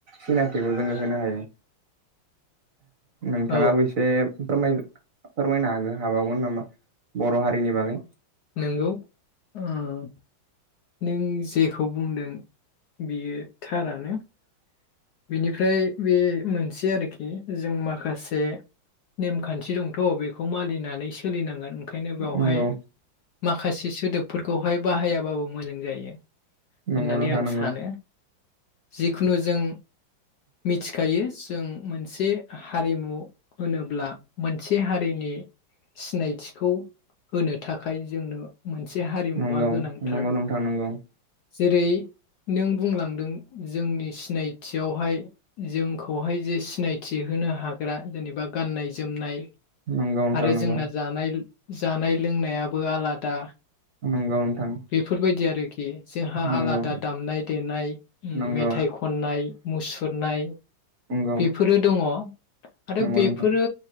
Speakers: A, on the right; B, on the left.
A: सिनायथिखौ जोङो होनो हायो नोंथाङाबो
B: औ
A: एसे फोरमायनु फोरमायनो हागो हाबावगोन नामा बर' हारिनि बागै
B: नोंगौ ओ नों जेखौ बुंदों बेयो थारानो बेनिफ्राय बे मोनसे आरो खि जों माखासे नेमखान्थि दंथ' बेखौ मानिनानै सोलिनांगोन ओंखायनो बेवहाय
A: नंगौ
B: माखासे सोदोबफोरखौहाय बाहायाबाबो मोजां जायो होननानै
A: नंगौ नोंथां
B: आं
A: नंगौ
B: सानो जिखुनु जों मिथिखायो जों मोनसे हारिमु होनोब्ला मोनसे हारिनि सिनायथिखौ होनो थाखाय जोंनो मोनसे हारिमुवा
A: नंगौ
B: गोनांथार
A: नंगौ नोंथां नंगौ
B: जेरै नों बुंलांदों जोंनि सिनायथियावहाय जोंखौहाय जे सिनायथि हो नो हाग्रा जेनेबा गाननाय जोमनाय
A: नंगौ नोंथां
B: आरो
A: नंगौ
B: जोंना जानाय जानाय लोंनायाबो आलादा
A: नंगौ नोंथां
B: बेफोरबायदि आरोखि जोंहा
A: नंगौ
B: आलादा दामनाय देनाय
A: नंगौ
B: मेथाइ खननाय सुरनाय
A: नंगौ
B: बेफोरो दङ आरो
A: नंगौ
B: बेफोरो
A: नोंथां